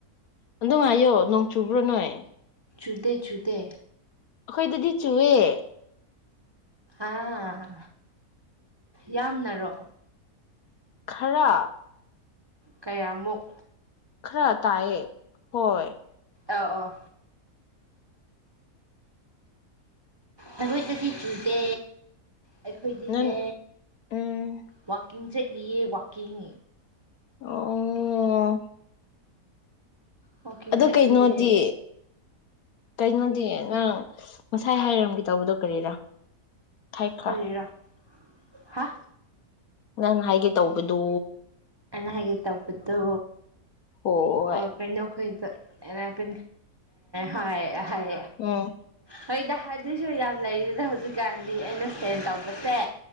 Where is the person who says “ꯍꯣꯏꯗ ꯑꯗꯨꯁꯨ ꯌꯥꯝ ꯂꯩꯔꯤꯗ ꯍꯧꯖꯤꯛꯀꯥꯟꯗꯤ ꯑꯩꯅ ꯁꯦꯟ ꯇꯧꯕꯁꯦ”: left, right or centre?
Right